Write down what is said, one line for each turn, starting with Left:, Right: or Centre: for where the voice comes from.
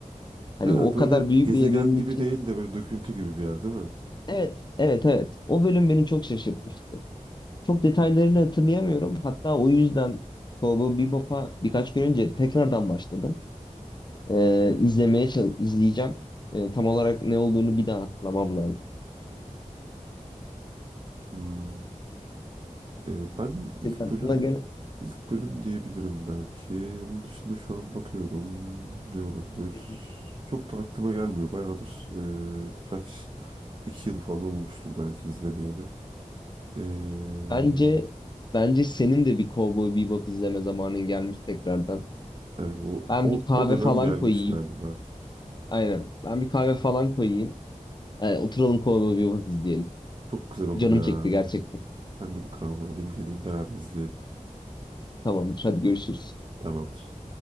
Left: Hani
Right: Ha,
Left: o
Right: böyle
Left: kadar büyük
Right: gezegen
Left: bir evrenin
Right: gibi
Left: için.
Right: değil de böyle döküntü gibi bir yer değil mi?
Left: Evet, evet, evet. O bölüm beni çok şaşırtmıştı. Çok detaylarını hatırlayamıyorum. Hatta o yüzden Cowboy Bebop'a birkaç gün önce tekrardan başladım. Ee, izlemeye çal- izleyeceğim. Ee, tam olarak ne olduğunu bir daha hatırlamam lazım.
Right: Hmm. Ee, ben
Left: Senin
Right: ilk
Left: aklına
Right: bölüm
Left: gelen
Right: ilk bölüm diyebilirim belki. Onun dışında şu an bakıyorum ne olabilir?
Left: Hı hı.
Right: Çok da aklıma gelmiyor. Bayağıdır e, birkaç iki yıl falan olmuştur belki izlemeyeli. Ee,
Left: bence bence senin de bir Cowboy Bebop izleme zamanın gelmiş tekrardan.
Right: evet o,
Left: Ben
Right: o
Left: bir kahve
Right: o dönem
Left: falan
Right: gelmiş
Left: koyayım.
Right: galiba.
Left: Aynen. Ben bir kahve falan koyayım. Ee, oturalım Cowboy Bebop izleyelim.
Right: Çok güzel olur
Left: Canım
Right: ya.
Left: çekti gerçekten.
Right: Ben de bir kahve alayım geleyim beraber izleyelim.
Left: Tamamdır. Hadi görüşürüz.
Right: Tamamdır.